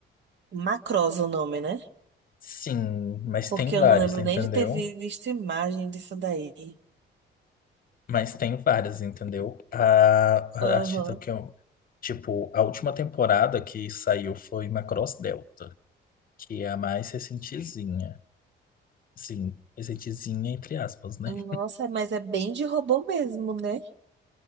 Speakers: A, on the right; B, on the left.
A: Macross o nome, né?
B: Sim, mas
A: Porque
B: tem
A: eu
B: vários,
A: não lembro
B: entendeu?
A: nem de ter vi- visto imagem disso daí.
B: Mas tem várias, entendeu? A, a
A: Aham.
B: artista que eu. Tipo, a última temporada que saiu foi Macross Delta, que é a mais recentezinha. Sim, recentezinha, entre aspas, né?
A: Nossa, mas é bem de robô mesmo, né?